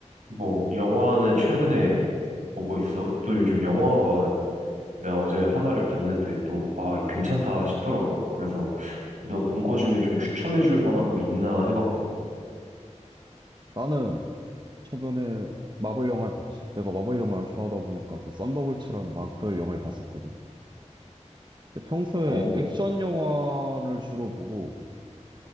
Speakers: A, on the right; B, on the right.
A: 뭐 영화는 최근에 본 거 있어? 또 요즘 영화가 내가 어제 하나를 봤는데 또 아 괜찮다 싶더라고. 그래서 너 본 거 중에 좀 추천해 줄 만한 거 있나 해갖고.
B: 나는 최근에 마블 영화를 봤지. 내가 마블 영화를 좋아하다 보니까 그 썬더볼츠라는 마블 영화를 봤었거든. 근데 평소에
A: 어.
B: 액션 영화를 주로 보고